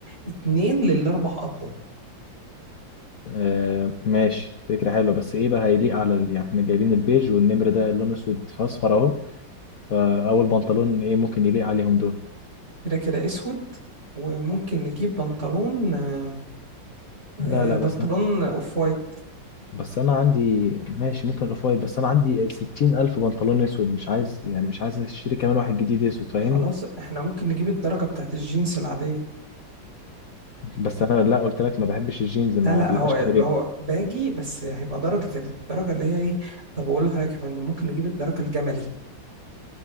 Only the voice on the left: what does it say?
آه ماشي فكرة حلوة بس ايه بقى هيليق على ال- يعني احنا جايبين البيج والنمر ده لونه اسود في اصفر اهو فاول بنطلون ايه ممكن يليق عليهم دول
لا لا
بس أنا-
بس انا عندي ماشي ممكن الاوف وايت بس انا عندي ستين الف بنطلون اسود مش عايز يعني مش عايز اشتري كمان واحد جديد اسود فاهمني
بس انا لا قلت لك ما بحبش الجينز ما
بيبقاش
مريح